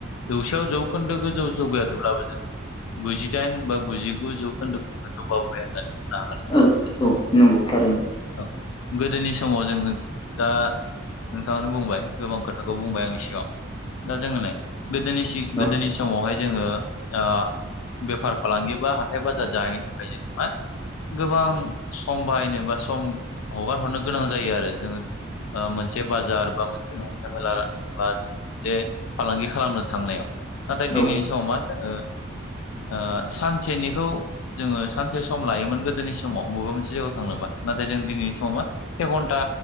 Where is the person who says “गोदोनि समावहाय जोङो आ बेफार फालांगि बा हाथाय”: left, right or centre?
Left